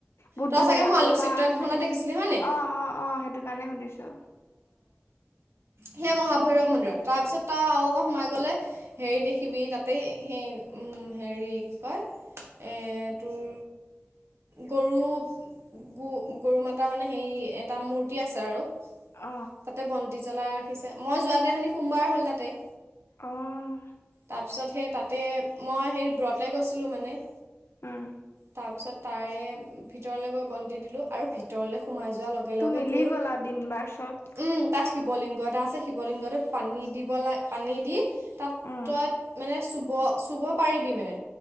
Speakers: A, on the left; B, on the right.
A: বহুত
B: তই
A: ভাল
B: চাগে
A: লাগে আঁতৰ
B: মোৰ আলোকচিত্ৰ
A: পৰা
B: কেইখনত
A: লাগে,
B: দেখিছিলি হয়নে
A: অঁ-অঁ-অঁ সেইটো কাৰণে সুধিছো। <unintelligible>
B: সেইয়া মহাভৈৰৱ মন্দিৰত তাৰপিছত তাৰ আৰু আকৌ সোমাই গ'লে হেৰি দেখিবি তাতে সেই উম হেৰি কি কয় এ তোৰ গৰু গোঁ গৰু মাতা মানে হেৰি এটা মূৰ্তি আছে আৰু।
A: অ
B: তাতে বন্তি জ্বলাই ৰাখিছে, মই যোৱা দিনাখনি সোমবাৰ হল তাতে।
A: অঁ।
B: তাৰপিছত সেই তাতে মই সেইৰি ব্ৰতে গৈছিলোঁ মানে।
A: উম।
B: তাৰ পিছত তাৰে ভিতৰলৈ গৈ বন্তি দিলো আৰু ভিতৰলৈ সোমাই যো যোৱাৰ লগে-লগে
A: মিলি
B: তোৰ
A: গ'ল আৰু দিন বাৰ চব
B: উম। তাত শিৱলিংগ এটা আছে, শিৱলিংগটোত পানী দিব লাগ পানী দি তাত
A: উম
B: তই মানে চুব-চুব পাৰিবি মানে